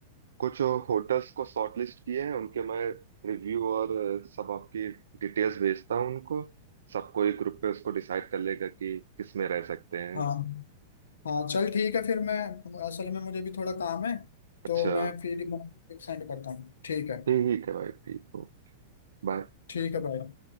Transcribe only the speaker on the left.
हाँ हाँ चल ठीक है फिर मैं असल में मुझे भी थोड़ा काम है तो
मैं फिर सेंड करता हूँ ठीक है
ठीक है भाई